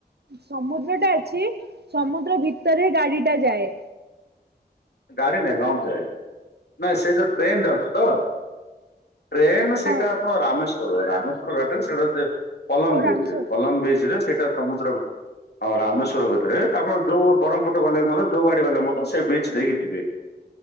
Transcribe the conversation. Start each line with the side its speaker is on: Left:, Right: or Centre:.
Right: ସମୁଦ୍ର ଟା ଅଛି ସମୁଦ୍ର ଭିତରେ ଗାଡ଼ିଟା ଯାଏ।
Left: ଗାଡି ନାଇଁ ଲଞ୍ଚ ଯାଏ, ନାଇ ସେ ଯୋଉ ଟ୍ରେନ ଯାଉଛି ତ ଟ୍ରେନ ସେଇଟା
Right: ହଁ
Left: ଆପଣ ରାମେଶ୍ଵର ରାମେଶ୍ଵର ଘାଟରେ ସେଇଟା ଯେ ପଲମ
Right: ଓ
Left: ବିଚ,
Right: ରାମେଶ୍ୱର
Left: ପଲମ ବିଚ ରେ ସେଇଟା ସମୁଦ୍ର ହ ରାମେଶ୍ଵର ଭିତରେ ଆପଣ ଯୋଉ ବ୍ରହ୍ମପୁରଠୁ ଗଲେ ମଧ୍ୟ ଯୋଉ ଗାଡି ଗଲେ ମଧ୍ଯ ସେଇ ବ୍ରିଜ୍ ଦେଇକି ଯିବେ,